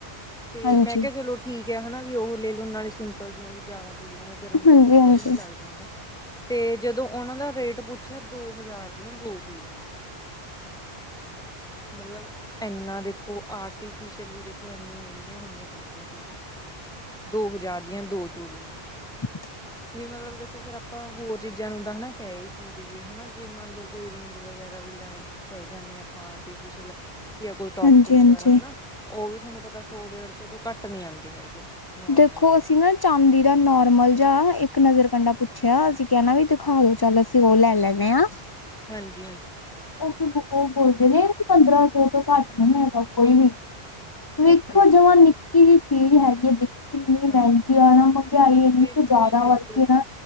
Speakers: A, in the centre; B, on the left.
A: ਤੇ
B: ਹਾਂਜੀ,
A: ਮੈਂ ਕੇਆ ਚਲੋ ਠੀਕ ਐ ਹਨਾ ਵੀ ਓਹ ਲੇਲੋ ਨਾਲੇ਼ ਸਿੰਪਲ ਜਿਆਂ ਵੀ ਜੇਆਦਾ ਚੂੜੀਆਂ ਜੀਆਂ, ਗਰਮੀ ਚ
B: ਹਾਂਜੀ-ਹਾਂਜੀ।
A: ਵਦੀਆ ਵੀ ਨੀ ਲੱਗਦੀਆਂ ਤੇ ਜਦੋਂ ਓਨਾਂ ਦਾ ਰੇਟ ਪੁੱਛੇਆ ਦੋ ਹਜਾਰ ਦੀਆਂ ਦੋ ਚੂੜੀਆਂ। ਮਲਬ, ਐਨਾਂ ਦੇਖੋ ਆਰਟੀਫਿਸ਼ਅਲ ਵੀ ਦੇਖੋ ਐਨੀ ਮ੍ਹੈਂਗੀਆਂ ਹੋਈਆਂ <unintelligible> ਚੀਜਾਂ ਦੋ ਹਜਾਰ ਦੀਆਂ ਦੋ ਚੂੜੀਆਂ।
B: <unintelligible>
A: ਵੀ ਮਤਲਬ ਦੇਖੋ ਫੇਰ ਆਪਾਂ ਹੋਰ ਚੀਜਾਂ ਨੂੰ ਤਾਂ ਹਨਾ ਕੈਈ ਕੀ ਦੀਏ ਹਨਾ, ਜੇ ਮੰਨ ਲੋ ਕੋਈ ਰਿੰਗ ਵਗੈਰਾ ਵੀ ਲੈਣ ਚੱਲ ਜਾਂਨੇ ਆਂ ਆਪਾਂ ਆਰਟੀਫੀਸੀਅਲ, ਜਾਂ ਕੋਈ ਟੋਪਸ
B: ਹਾਂਜੀ-ਹਾਂਜੀ।
A: ਵਗੈਰਾ ਹਨਾ ਥੋਨੂੰ ਪਤਾ ਸੋ ਡੇੜ ਸੋ ਤੋਂ ਘੱਟ ਨੀ ਆਂਦੇ ਹੈਗੇ। ਨੋਰਮਲ
B: ਦੇਖੋ
A: ਹਾਂਜੀ
B: ਅਸੀਂ ਨਾ ਚਾਂਦੀ ਦਾ ਨੋਰਮਲ ਜਾ ਇੱਕ ਨਜਰ ਕੰਡਾ ਪੁੱਛੇਆ ਅਸੀਂ ਕੇਆ ਨਾ ਵੀ, ਦਿਖਾਓ ਚੱਲ ਅਸੀਂ ਓ ਲੈ ਲੈਂਨੇ ਆਂ
A: ਹਾਂਜੀ, ਹਾਂਜੀ।
B: ਓ ਬੋਲਦੇ ਨੇ ਪੰਦਰ੍ਹਾਂ ਸੋ ਤੋ ਘੱਟ ਨਈ ਹੈਗਾ ਕੋਈ ਵੀ। ਵੇਖੋ
A: ਓਕੇ
B: ਜਵਾਂ ਨਿੱਕੀ ਜੀ ਚੀਜ ਹੈਗੀ ਏ ਵੇਖੋ ਕਿੰਨੀ
A: ਹਾਂਜੀ
B: ਮੈਂਗੀ ਆ ਨਾ, ਮ੍ਹੰਗੇਆਈ ਐਨੀ
A: ਬਿਲਕੁਲ
B: ਕ ਜਾਦਾ
A: ਬਿਲਕੁਲ
B: ਵੱਦ ਗੀ ਏ ਨਾ